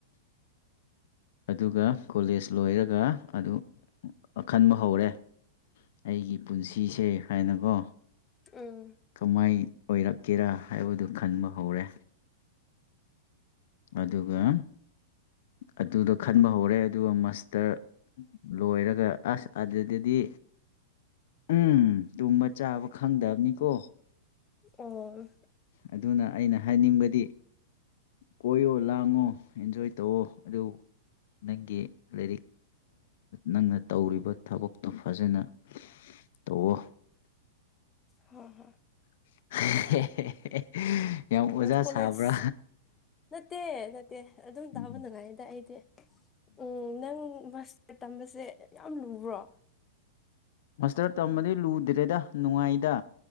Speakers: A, on the left; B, on the left.
A: ꯑꯗꯨꯒ ꯀꯣꯂꯦꯖ ꯂꯣꯏꯔꯒ ꯑꯗꯨ ꯑꯈꯟꯕ ꯍꯧꯔꯦ ꯑꯩꯒꯤ ꯄꯨꯟꯁꯤꯁꯦ ꯍꯥꯏꯅꯀꯣ
B: ꯎꯝ
A: ꯀꯃꯥꯏ ꯑꯣꯏꯔꯛꯀꯦꯔꯥ ꯍꯥꯏꯕꯗꯨ ꯈꯟꯕ ꯍꯧꯔꯦ ꯑꯗꯨꯒ ꯑꯗꯨꯗ ꯈꯟꯕ ꯍꯧꯔꯦ ꯑꯗꯨꯒ ꯃꯁꯇꯔ ꯂꯣꯏꯔꯒ ꯑꯁ ꯑꯗꯨꯗꯗꯤ ꯎꯝ ꯇꯨꯝꯕ ꯆꯥꯕ ꯈꯪꯗꯕꯅꯤꯀꯣ
B: ꯑꯣ
A: ꯑꯗꯨꯅ ꯑꯩꯅ ꯍꯥꯏꯅꯤꯡꯕꯗꯤ ꯀꯣꯏꯌꯣ ꯂꯥꯡꯉꯣ ꯑꯦꯟꯖꯣꯏ ꯇꯧꯋ ꯑꯗꯨ ꯅꯪꯒꯤ ꯂꯥꯏꯔꯤꯛ ꯅꯪꯅ ꯇꯧꯔꯤꯕ ꯊꯕꯛꯇꯣ ꯐꯖꯅ ꯇ ꯑꯣ
B: ꯍ ꯍ
A: <unintelligible> ꯌꯥꯝ ꯑꯣꯖꯥ
B: ꯀꯣꯂꯦꯖ
A: ꯁꯥꯕ꯭ꯔꯥ
B: ꯅꯠꯇꯦ ꯅꯠꯇꯦ ꯑꯗꯨꯝ
A: ꯎꯝ
B: ꯇꯥꯕ ꯉꯥꯏꯗ ꯑꯩꯗꯤ ꯎꯝ ꯅꯪ ꯃꯁꯇꯔ ꯇꯝꯕꯁꯦ ꯌꯥꯝ ꯂꯨꯕ꯭ꯔꯣ
A: ꯃꯥꯁꯇꯔ ꯇꯝꯕꯗꯤ ꯂꯨꯗ꯭ꯔꯦꯗ ꯅꯨꯡꯉꯥꯏꯗ